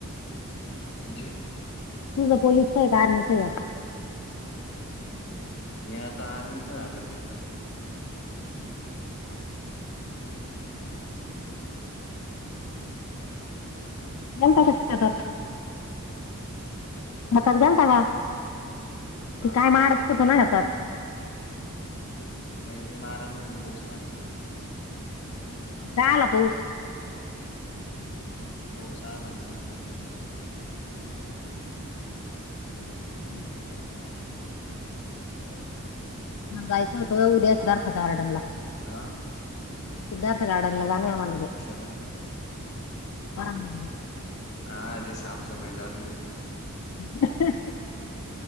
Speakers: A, on the left; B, on the left.
A: म्हणजे?
B: तुस पोललीिस का आर्मीीं
A: आता आर्च झालो कपर
B: ज त शकतात
A: हॅलो शेतात
B: हतात
A: कुठं
B: घालता का
A: हा
B: ती काय
A: येईल
B: मारत
A: का?
B: होत ना घतात.
A: न मार पोषण आ
B: काला पाऊस.
A: हो झाारंग ना.
B: हम्. <inaudible>
A: ह
B: ह जायचं होतं उद्या अस अर्थ कार्डन ला
A: आ
B: सिद्धार्थ गार्डन ला जा आम्हाला. उद्या
A: कशाला
B: बरं नाही
A: हा ते साफ सफाई चालू
B: <inaudible>